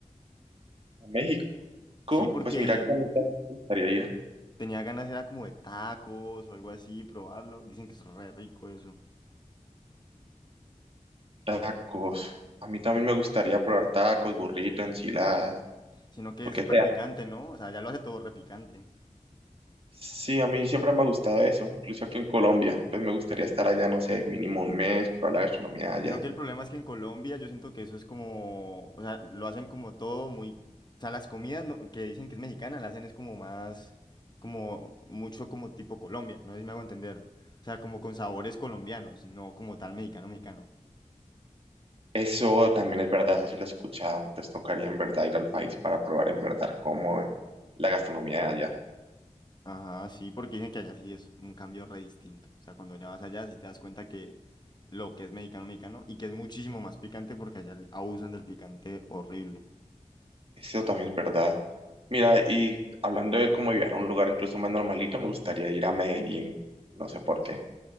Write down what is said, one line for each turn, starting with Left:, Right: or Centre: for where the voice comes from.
Right: A México,
Left: Sí, porque
Right: pues mira que a mí también me gustaría ir.
Left: tenía ganas era como de tacos o algo así, probarlo. Dicen que es re rico eso.
Right: Tacos. A mí también me gustaría probar tacos, burrito, enchiladas,
Left: Sino que
Right: lo
Left: es
Right: que
Left: súper
Right: sea.
Left: picante, ¿no? O sea, ya lo hace todo re picante.
Right: Sí, a mí siempre me ha gustado eso, incluso aquí en Colombia, pues me gustaría estar allá, no sé, mínimo un mes, probar la gastronomía allá.
Left: Sino que el problema es que en Colombia yo siento que eso es como, o sea, lo hacen como todo muy, o sea, las comidas no- que dicen que es mexicana, la hacen es como más, como mucho como tipo Colombia, no sé si me hago entender. O sea, como con sabores colombianos, no como tal mexicano, mexicano.
Right: Eso también es verdad, eso sí lo he escuchado. Entonces tocaría en verdad ir al país para probar en verdad cómo es la gastronomía de allá.
Left: Ajá, sí, porque dicen que allá sí es un cambio re distinto. O sea, cuando ya vas allá sí te das cuenta que lo que es mexicano, mexicano, y que es muchísimo más picante porque allá abusan del picante horrible.
Right: Eso también es verdad. Mira, y hablando de cómo viajar a un lugar incluso más normalito, me gustaría ir a Medellín. No sé por qué.